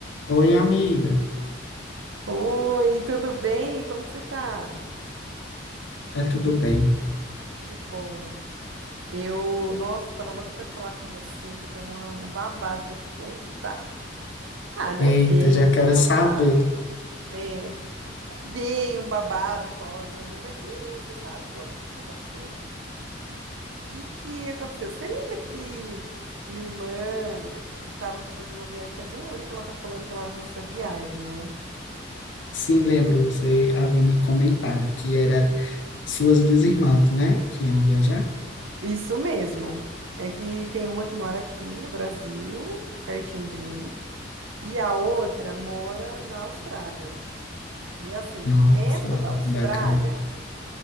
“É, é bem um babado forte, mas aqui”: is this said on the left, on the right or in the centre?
Right